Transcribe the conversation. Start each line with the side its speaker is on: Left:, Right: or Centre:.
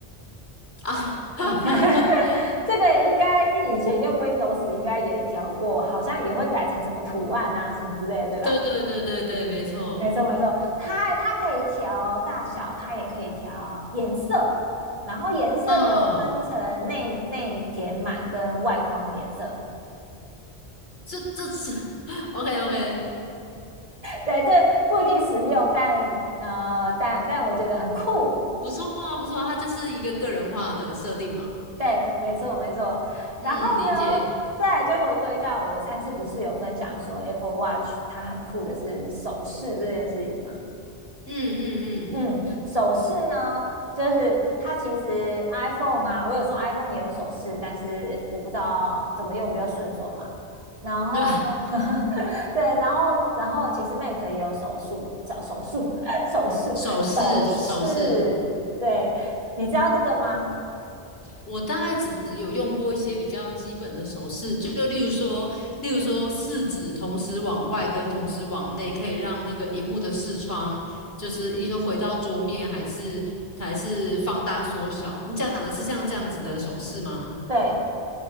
Left: 啊，<laughs>
Right: 嗯 <laughs> 这个应该以前用 Windows 应该也调过，好像也会改成什么图案啊什么之类的，对吧？
Left: 对对对对对，没错。
Right: 没错没错，它它可以调大小，它也可以调颜色，然后颜色又分成内内填满跟外框的颜色。
Left: 嗯，这这是 <laughs> OK OK，
Right: 对，这不一定实用，但呃，但但我觉得很酷。
Left: 不错啊，不错啊，它就是一个个人化的设定嘛。
Right: 对，没错没错。然后呢，
Left: 嗯，理解。
Right: 再来就回归到我上次不是有分享说 Apple Watch 它很酷的是手势这件事情吗？
Left: 嗯
Right: 嗯，
Left: 嗯
Right: 手饰呢，就是它其实 iPhone 啊，我有说 iPhone 也有手饰，但是我不知道怎么用比较顺手嘛。然后，
Left: 嗯，<laughs> 啊，
Right: <laughs> 对，然后，然后其实 Mac 也有手术，手手术，<laughs> 手术，
Left: 手势手势，
Right: 手势，对，你知道这个吗？
Left: 我大概只有用过一些比较基本的手势，就例如说，例如说四指同时往外跟同时往内，可以让那个荧幕的视窗就是一直回到桌面，还是还是放大缩小。你讲的是像这样子的手势吗？
Right: 对，